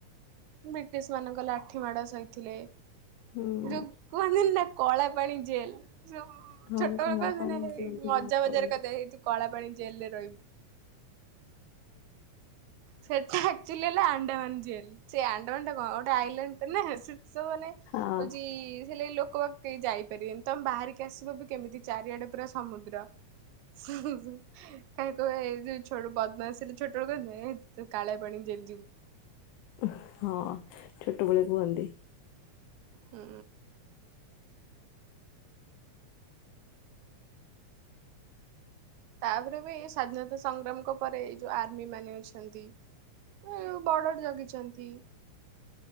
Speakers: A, on the right; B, on the left.
A: ବ୍ରିଟିଶ୍ ମାନଙ୍କ ଲା ଲାଠି ମାଡ ସହିଥିଲେ
B: ହୁଁ
A: ଯୋଉ କୁହନ୍ତି ନାଁ କଳା ପାଣି ଜେଲ୍ ଯ
B: ହଁ
A: ଛୋଟବେଳେ
B: କଳା
A: କୁହନ୍ତିନି
B: ପାଣି
A: ହେଇ
B: ପିଅନ୍ତିନା
A: ମଜା
B: ସେତେବେଳେ
A: ମଜାରେ କଇ ଦେବେ ଏଇ ତୁ କଳା ପାଣି ଜେଲ୍ ରେ ରହିବୁ। ସେଟା ଏକ୍ଚୋଲି ହେଲା ଆଣ୍ଡାମାନ ଜେଲ୍। ସେ ଆଣ୍ଡାମାନ୍ ଟା କଣ ଗୋଟେ ଆଇଲାଣ୍ଡ ନାଁ ସେ ସେସବୁ ମାନେ
B: ହଁ
A: ହଉଛି ସେ ଲେଇ ଲୋକ ବାକ କେହି ଯାଇପାରିବେନି ତମେ ବାହାରିକି ଆସିବ ବି କେମିତି ଚାରିଆଡେ ପୁରା ସମୁଦ୍ ହୁଁ ହୁଁ। କାହିଁ କୁହା ଏଇ ଯୋଉ ଛୋ ବଦମାସ୍ ହେଲେ ଛୋଟବେଳେ କୁହିବେ ଏ ତୁ କାଳିଆ ପାଣି ଜେଲ୍ ଯିବୁ।
B: ଉଁ ହଁ ଛୋଟବେଳେ କୁହନ୍ତି।
A: ଉଁ। ତାପରେ ବି ସାଧୀନତା ସଂଗ୍ରାମଙ୍କ ପରେ ଏଇ ଯୋଉ ଆର୍ମି ମାନେ ଅଛନ୍ତି ଏ ଯୋଉ ବର୍ଡ଼ର ଜଗିଚନ୍ତି।